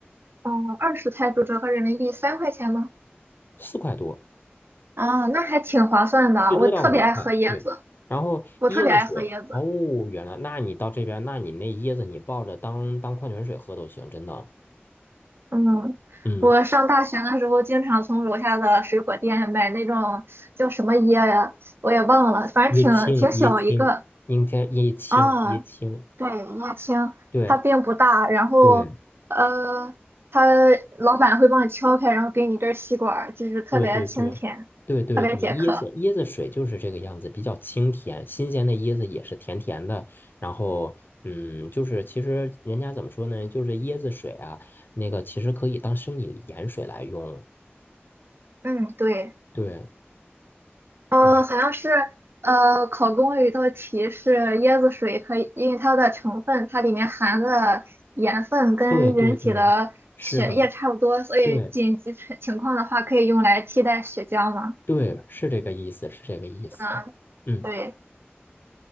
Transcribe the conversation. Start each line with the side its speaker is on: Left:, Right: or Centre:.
Right: 嗯，二十泰铢折合人民币三块钱吗？
Left: 四块多。
Right: 啊，那还挺划算的。
Left: 最多到五块，
Right: 我特别爱喝椰子，
Left: 对。然后椰子水，
Right: 我特别爱喝椰子。
Left: 哦，原来，那你到这边，那你那椰子你抱着当当矿泉水喝都行，真的。
Right: 嗯，
Left: 嗯，
Right: 我上大学的时候，经常从楼下的水果店买那种叫什么椰呀，我也忘了，反正挺挺小一个
Left: 椰青，椰青，应该椰青，
Right: 啊，
Left: 椰青，
Right: 对，椰青，
Left: 对
Right: 它并不大，然后呃，
Left: 对
Right: 它老板会帮你敲开，然后给你一根吸管儿就是特别清甜，
Left: 对对对对对对，
Right: 特别解渴。
Left: 椰子椰子水就是这个样子，比较清甜，新鲜的椰子也是甜甜的。然后，嗯，就是其实人家怎么说呢，就是椰子水啊，那个其实可以当生理盐水来用，
Right: 嗯，对。
Left: 对。
Right: 呃，
Left: 哎
Right: 好像是呃，考公有一道题是椰子水可以，因为它的成分，它里面含的盐分跟人体的血液差不多，
Left: 对对对，是的，
Right: 所以紧急情情况的话可以用来替代血浆嘛。
Left: 对对，是这个意思，是这个意思。
Right: 嗯，
Left: 嗯，
Right: 对，